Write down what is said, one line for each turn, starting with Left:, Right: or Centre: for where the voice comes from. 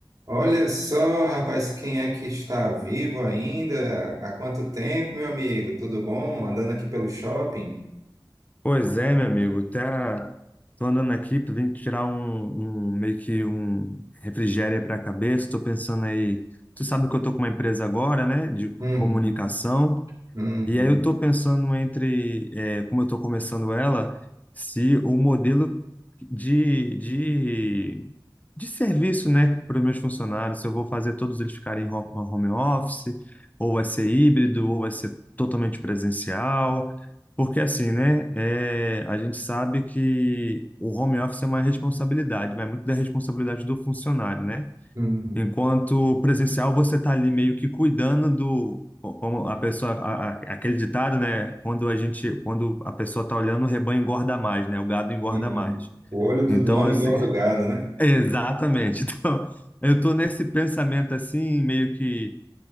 Right: Olha só, rapaz, quem é que está vivo ainda? Há quanto tempo, meu amigo? Tudo bom? Andando aqui pelo shopping?
Left: Pois é, meu amigo, tá, tô andando aqui, tô vindo tirar um, um- meio que um refrigério para a cabeça, tô pensando aí, tu sabe que eu tô com uma empresa agora, né, de
Right: Uhum,
Left: comunicação,
Right: uhum,
Left: e aí eu tô pensando entre, é, como eu tô começando ela, se o modelo de, de, de serviço, né, para os meus funcionários, se eu vou fazer todos eles ficarem em ho- home office, ou vai ser híbrido, ou vai ser totalmente presencial, porque assim, né, é, a gente sabe que o home office é uma responsabilidade, vai muito da responsabilidade do funcionário, né?
Right: uhum.
Left: Enquanto presencial, você está ali meio que cuidando do, co- como a pessoa, a- a- aquele ditado, né? Quando a gente, quando a pessoa está olhando, o rebanho engorda mais, né? O gado engorda
Right: Sim.
Left: mais.
Right: O olho do
Left: Então,
Right: dono
Left: assim,
Right: engorda
Left: <laughs>
Right: o gado, né?
Left: exatamente. Então, eu estou nesse pensamento assim, meio que